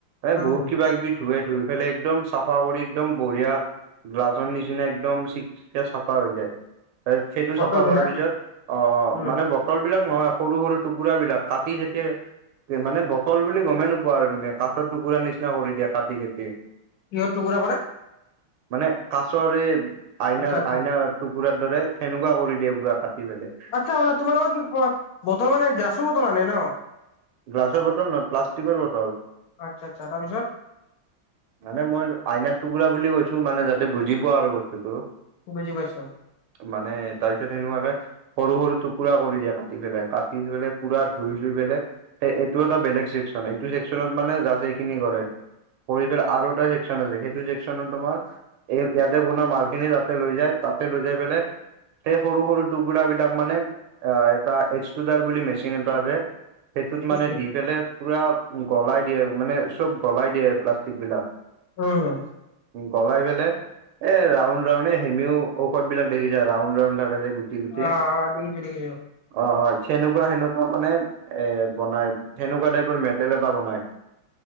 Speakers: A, on the right; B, on the left.
A: এ
B: উম
A: বহুত কিবা কিবি ধুুৱে ধুই পেলাই একদম চাফা কৰি একদম বঢ়িয়া গিলাচ নিচিনা একদম চিক চিকিয়া চাফা হৈ যায়। এপ চিটো
B: বটল
A: চাফা হোৱাৰ
B: বিলাক
A: পিছত অ',
B: উম
A: মানে ব বতল বিলাক নহয় সৰু সৰু টুকুৰা বিলাক কাটি থাকে মানে বটল বুলি গমেই নোপোৱা আৰু তুমি কাছত টুকুৰা নিচিনা কৰি দিয়া কাটি কাটি
B: কিহৰ টুকুৰা কৰে
A: মানে কাছৰ এই আইনাৰ
B: আচ্ছা আচ্ছা
A: আইনাৰ টুকুৰাৰ দৰে সেনেকুৱা কৰি দিয়ে বুৰা কাটি পেলে
B: আচ্ছা তোমালোকৰ কি বতৰ মানে গিলাচ বতল আনে ন
A: গিলাচ বটল নহয় প্লাষ্টিকৰ বটল
B: আচ্ছা আচ্ছা তাৰ পিছত
A: মানে মই আইনা টুকুৰা বুলি কৈছো মানে যাতে বুজি পোৱা আৰু বস্তুটো
B: খুব বুজি পাইচো
A: মানে তাৰপিছত সেনেকুৱাকে সৰু সৰু টুকুৰা কৰি দিয়া কাটি পেলাই কাটি পেলাই পোৰা ধুই চুই পেলাই এইটো এটা বেলেগ চেকচন এইটো চেকচনত মানে জাচ এইখিনি কৰে। কৰিপেলে আৰু এটা চনৰ য়ে সেইটো চেকচনৰ তোমাৰ এই ইয়াতে বনা মাল খিনি তাতে লৈ যায় তাতে লৈ যাই পেলাই সেই সৰু সৰু টুকুৰা বিলাক মানে অ এটা এক্সুডাৰ বুলি মেচিন এটা আছে সেইটোত
B: উম
A: মানে দি পেললে পুৰা গলাই দিয়ে মানে চব গলাই দিয়ে প্লাষ্টিক বিলাক
B: অ'
A: গলাই পেললে এ ৰাউণ্ড ডাউনে হেনেও ঔষধ বিলাক দেখিছা ৰাউণ্ড ৰাউণ্ড থাকে য়ে গুটি গুটি
B: অ অ দেখিছো দেখিছো
A: অ', হয় সেনেকুৱা হেনেকুৱা মানে এ বনাই সেনেকুৱা টাইপৰ মেটেল এটা বনাই <inaudible>